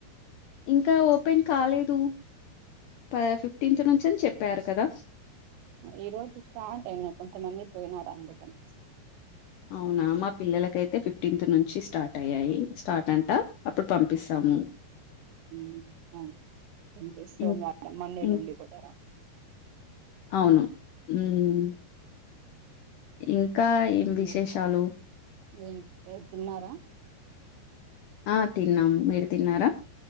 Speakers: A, on the left (about 75°); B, on the right (about 85°).
A: ఇంకా ఓపెన్ కాలేదు ప ఫిఫ్టీన్త్ నుంచేని చెప్పారు కదా
B: ఈ రోజు స్టార్ట్ అయినా కొంతమంది పోయినారు అందుకనుంచి
A: అవునా మా పిల్లలకైతే ఫిఫ్టీన్త్ నుంచి స్టార్ట్ అయ్యాయి స్టార్ ంట అప్పుడు పంపిస్తాము
B: మ్ ఆ అంటే సోమవారం
A: ఇం
B: మండే
A: ఇం
B: నుండి పోతారా
A: అవును మ్ ఇంకా ఏం విశేషాలు
B: ఉమ్ ఏంటి తిన్నారా
A: ఆ తిన్నాము మీరు తిన్నారా